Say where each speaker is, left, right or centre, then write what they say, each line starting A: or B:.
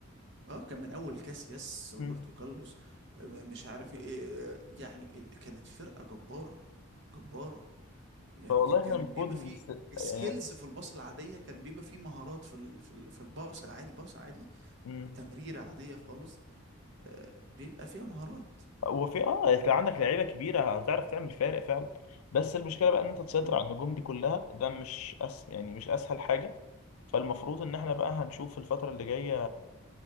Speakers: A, on the right; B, on the left.
A: اه كان من اول كاسياس روبرتو
B: مم.
A: كارلوس آه، مش عارف إيه آه، يعني ال- كانت فرقه جباره جباره يعني
B: فوالله
A: ك- كان
B: احنا المفروض
A: بيبقى فيه
B: نس-
A: سكيلز
B: يعني
A: في الباص العادية كان بيبقى فيه مهارات في ال- في ال- في الباص العادي باص عادي
B: مم.
A: تمريرة عادية خالص آه، بيبقى فيها مهارات
B: وفي اه انت عندك لعيبه كبيره هتعرف تعمل فارق فعلا بس المشكله بقى ان انت تسيطر
A: امم
B: على النجوم دي كلها ده مش أس... يعني مش اسهل حاجه فالمفروض ان احنا بقى هنشوف الفتره اللي جايه